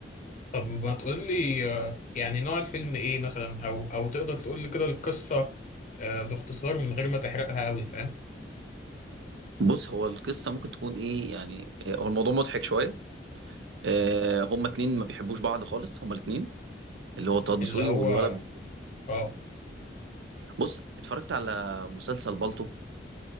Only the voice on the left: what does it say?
طب ما تقول لي آه، يعني نوع الفيلم ايه مثلا او او تقدر تقول لي كده القصة آه، باختصار من غير ما تحرقها قوي فاهم
اللي
هو
اه